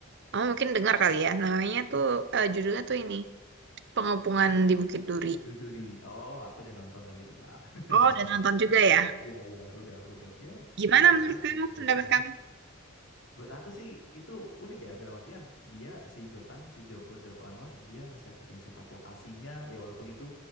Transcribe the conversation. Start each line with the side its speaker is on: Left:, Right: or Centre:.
Right: Kamu mungkin dengar kali ya. Namanya tuh, eh, judulnya tuh ini, Pengepungan di Bukit Duri.
Left: Biduri. Oh, aku udah nonton kali itu Kak. <laughs>
Right: Oh, udah nonton juga ya?
Left: Iya, iya. Udah, udah. Ya,
Right: Gimana
Left: berapa
Right: menurut
Left: ya?
Right: kamu,
Left: Berapa
Right: pendapat
Left: lalu?
Right: kamu?
Left: Buat aku sih itu unik ya dalam artian dia si Jokan si Jo- Joko Anwar dia set, bikin setup lokasinya ya walaupun itu